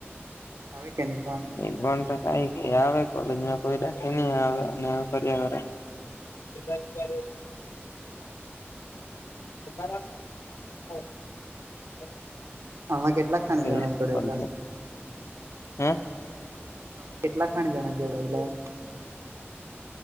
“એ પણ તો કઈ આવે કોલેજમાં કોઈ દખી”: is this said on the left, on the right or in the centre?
Left